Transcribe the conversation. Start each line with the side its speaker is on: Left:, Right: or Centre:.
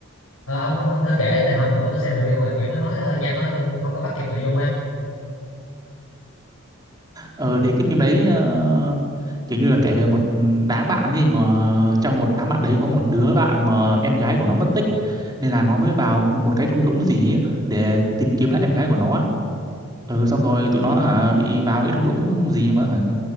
Left: Ờ, ông ông ông thử kể tại hôm bữa tôi xem review mà kiểu nó nói hơi nhanh nói tôi không có bắt kịp nội dung ấy.
Right: Ừ thì cái phim đấy ờ, kiểu như là kể về một đám bạn đi mà trong một đám bạn đấy có một đứa bạn mà em gái của nó mất tích nên là nó mới vào một cái thung lũng gì ấy để tìm kiếm lại em gái của nó ừ xong rồi tụi nó hả bị vào cái thung lũng gì mà hả